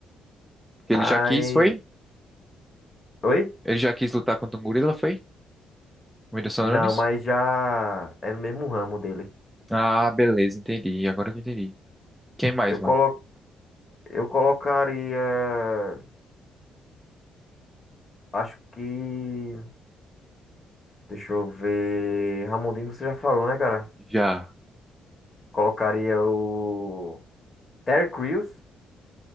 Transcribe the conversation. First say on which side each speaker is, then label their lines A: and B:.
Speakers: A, in the centre; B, on the left.
A: ele
B: Aí.
A: já quis, foi?
B: Oi?
A: Ele já quis lutar contra um gorila, foi? O Whindersson
B: Não,
A: Nunes?
B: mas já é no mesmo ramo dele.
A: Ah, beleza, entendi. Agora que eu entendi. Quem mais,
B: Eu colo,
A: mano?
B: eu colocaria. Acho que. Deixa eu ver. Ramondino, você já falou, né, cara?
A: Já.
B: Colocaria o. Terry Crews.